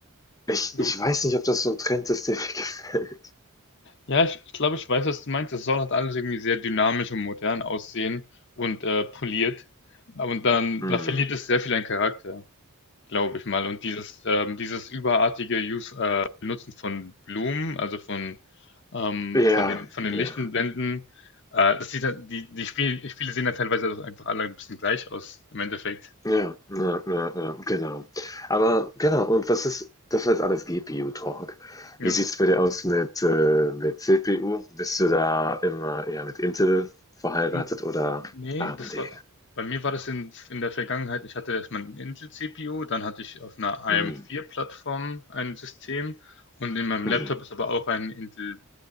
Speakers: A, on the left (about 15°); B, on the left (about 55°).
A: Ich,
B: So.
A: ich weiß nicht, ob das so ein Trend ist, der mir <laughs> gefällt.
B: Ja, ich, ich glaube, ich weiß, was du meinst. Es soll halt alles irgendwie sehr dynamisch und modern aussehen und äh, poliert. Aber dann,
A: Mm.
B: da verliert es sehr viel an Charakter. glaube ich mal. Und dieses, ähm, dieses überartige Use, äh, Benutzen von Blumen, also von, ähm,
A: Ja,
B: von den, von den
A: ja.
B: lichten Blenden, äh, das sieht halt, die, die Spiel, Spiele sehen dann teilweise auch einfach alle ein bisschen gleich aus, im Endeffekt.
A: Ja, ja, ja, ja, genau. Aber genau, und was ist, das war jetzt alles GPU-Talk.
B: Ja.
A: Wie sieht's bei dir aus mit, äh, mit CPU? Bist du da immer eher mit Intel verheiratet
B: N-
A: oder
B: Nee,
A: AMD?
B: das war, bei mir war das in, in der Vergangenheit, ich hatte erstmal einen Intel-CPU, dann hatte ich auf einer AM4-Plattform
A: Hm,
B: ein System und in meinem
A: hm.
B: Laptop
A: mhm.
B: ist aber auch ein Intel